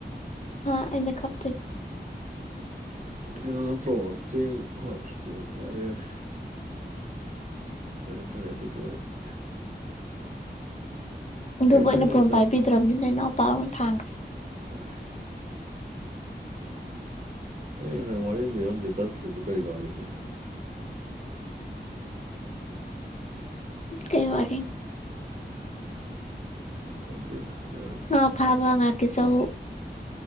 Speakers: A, on the left (about 40°); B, on the right (about 45°).
A: ꯍꯥꯥ ꯑꯩꯅ ꯈꯞꯇ꯭ꯔꯤ
B: ꯀꯩꯅꯣ ꯅꯠꯇ꯭ꯔꯣ ꯆꯦꯡ ꯍꯣꯏ ꯆꯦꯡ ꯌꯥꯔꯦ ꯌꯥꯔꯦ ꯐꯔꯦ ꯐꯔꯦ ꯑꯗꯨꯕꯨ ꯑꯣꯏꯔꯗꯤ
A: ꯑꯗꯨꯕꯨ
B: ꯀꯩꯅꯣ
A: ꯑꯩꯅ ꯐꯣꯟ
B: ꯉꯁꯥꯏ
A: ꯄꯥꯏꯕꯤꯗ꯭ꯔꯕꯅꯤꯅ ꯏꯅꯥꯎꯄꯥ ꯑꯣꯏꯅ ꯊꯥꯡꯒ꯭ꯔꯦ
B: ꯍꯣꯏ ꯑꯩ ꯉꯁꯥꯏ ꯋꯥꯔꯤ ꯑꯃ ꯂꯩꯔꯝꯕꯗꯒꯤ ꯇꯠꯈꯤꯕꯗꯨ ꯀꯔꯤ ꯋꯥꯔꯤꯅꯣ
A: ꯀꯩ ꯋꯥꯔꯤꯅꯣ
B: ꯑꯁ ꯈꯪꯗꯦꯗ ꯌꯥꯔꯦ
A: ꯉꯥ ꯐꯥꯕ ꯉꯥꯛꯀꯤ ꯆꯧ